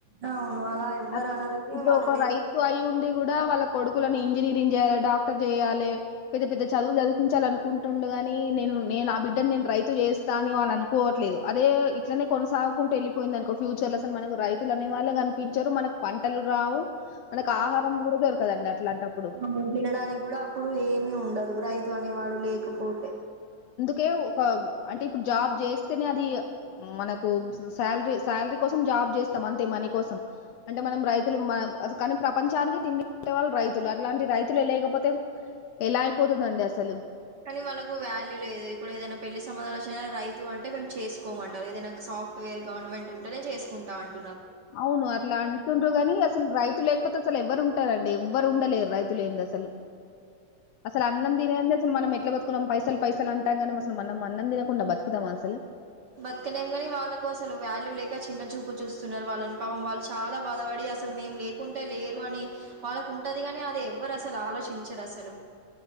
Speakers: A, on the right; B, on the left.
A: అవును అలా ఎవ్వరు
B: అట్
A: అనరూ
B: ఇప్పుడు
A: వాళ్ళు
B: ఒక
A: లేక
B: రైతు అయి ఉండి కూడా వాళ్ళ కొడుకులను ఇంజనీరింగ్ చేయాలి డాక్టర్ చేయాలి పెద్ద పెద్ద చదువు చదిపించాలి అనుకుంటుండడుగాని నేను నేను ఆ బిడ్డని నేను రైతు చేస్తా అ వాళని అనుకోవట్లేదు అదే ఇట్లనే కొనసాగుకుంటూ వెళ్ళిపోయింది అనుకో ఫ్యూచర్ లో అసలు మనకు రైతులునే వళ కనిపించరు మనకు పంటలు రావు మనకు ఆహారం కూడా దొరకదండి అట్లాంటప్పుడు
A: అ తినడానికి కూడా అప్పుడు ఏమి ఉండదు రైతు తు అనేవాడు లేకపోతె
B: కే ఒక అంటే ఇప్పుడు జాబ్ చేస్తేనే అది మనకు శాలరీ శాలరీ కోసం జాబ్ చేస్తాం అంతే మనీ కోసం అంటే మనం రైతులు మన కానీ ప్రపంచానికి తిండే వాళ్ళ రైతులు అట్లాంటి రైతులు లేకపోతే ఎలా అయిపోతుందండి అసలు
A: కానీ వాళ్ళకు వాల్యూ లేదు ఇప్పుడు ఏదైనా పెళ్లి సంబంధాలు వచ్చిన రైతు అంటే మేము చేసుకోమంట ఏదైనా సాఫ్ట్వేర్ గవర్నమెంట్ ఉంటేనే చేసుకుంటాం అంట
B: అవును అట్లా అంటుండ్రగాని అసలు రైతులు ఎ లేకపోత అసలు ఎవ్వరుంటారండి ఎవ్వరు ఉండలేరు రైతులు ఏంది అసలు అసలు అన్నం తినేది అసలు మనం ఇట్లా బతుకున్నాం పైసలు పైసలు అంటాం కానీ అసలు మనం అన్నం తినకుండా బతుకుతాం అసలు
A: బతకనేం కాని వాళ్ళకు అసలు వాల్యూ లేక చిన్న చూపు చూస్తున్నారు వాళ్ళని పాపం వాళ్ళు చాలా బాధపడి అసలు మేం లేకుంటే లేరు అని వాళ్ళకు ఉంటది కాని అది ఎవ్వరు అసలు ఆలోచించరు అసలు